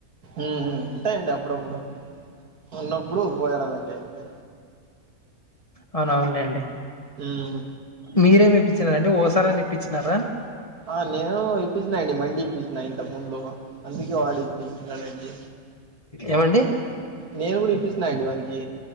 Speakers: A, on the right (about 75°); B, on the left (about 25°).
A: ఉం ఉంటాయండి అప్పుడప్పుడు ఉన్నప్పుడు పోయాడం అండి అంతే
B: అవునవును లేండి
A: హ్మ్
B: మీరేమి ఇప్పించినారండి ఓసారా అని ఇప్పించినారా
A: ఆ నేను ఇప్పిచిన అండి మండి ఇప్పించినా ఇంతకు ముందు అందుకే వాడు ఇప్పుడు ఇప్పిచీ నాడండి
B: ఏమండి
A: నేను కూడ ఇప్పిస్తున్నానండి వానకి